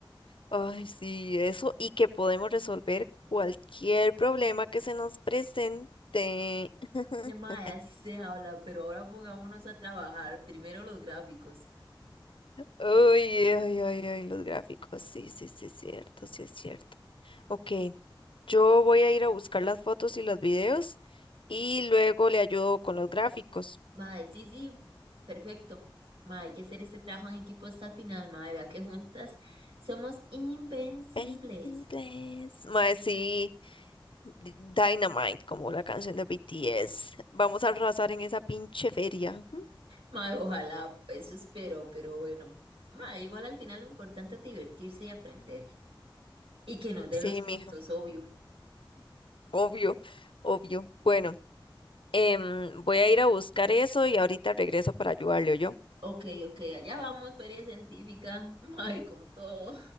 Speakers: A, on the left; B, on the right.
A: Ay, sí, eso, y que podemos resolver cualquier problema que se nos presente. <laughs>
B: Mae, así se habla, pero ahora pongámonos a trabajar. Primero los gráficos.
A: Ay, ay, ay, ay, los gráficos, sí, sí, sí, es cierto, sí es cierto. Ok, yo voy a ir a buscar las fotos y los videos y luego le ayudo con los gráficos.
B: Mae, sí, sí, perfecto. Mae, hay que hacer este trabajo en equipo hasta el final, mae, vea que juntas somos invencibles.
A: Benzey Blaze. Mae, sí, D- Dynamite, como la canción de BTS. Vamos a arrasar en esa pinche feria. Ujú.
B: Mae, ojalá, eso espero, pero bueno. Mae, igual al final lo importante es divertirse y aprender. Y que nos den
A: Sí,
B: los puntos,
A: mija,
B: obvio.
A: obvio, obvio. Bueno. Em, voy a ir a buscar eso y ahorita regreso para ayudarle, yo.
B: Ok, ok, allá vamos, feria científica. <laughs> Mae, con todo.